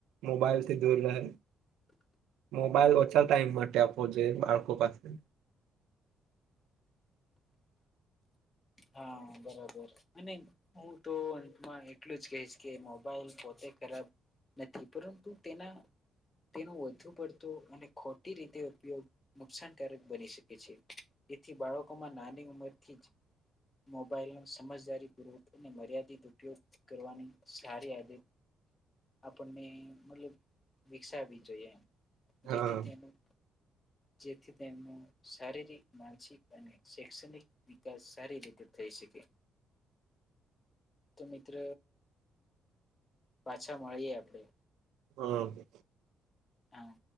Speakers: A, on the right (about 85°); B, on the left (about 30°).
A: મોબાઈલથી દૂર રહે.
B: <unintelligible>
A: મોબાઈલ ઓછા ટાઈમ માટે આપવો જોઈએ બાળકો પાસે.
B: <inaudible> હા, બરાબર અને હું તો અંતમાં એટલું જ કહીશ કે મોબાઈલ પોતે ખરાબ નથી પરંતુ તેના તેનો વધુ પડતું અને ખોટી રીતે ઉપયોગ નુકસાનકારક બની શકે છે. તેથી બાળકોમાં નાની ઉંમરથી જ મોબાઈલનો સમજદારી પૂર્વક અને મર્યાદિત ઉપયોગ કરવાની સારી આદત આપણને મતલબ વિકસાવવી જોઈએ એમ.
A: હા
B: જેથી તેનું જેથી તેમનો શારીરિક, માનસિક અને શૈક્ષણિક વિકાસ સારી રીતે થઈ શકે. તો મિત્ર પાછા મળીએ આપડે.
A: હમ
B: હા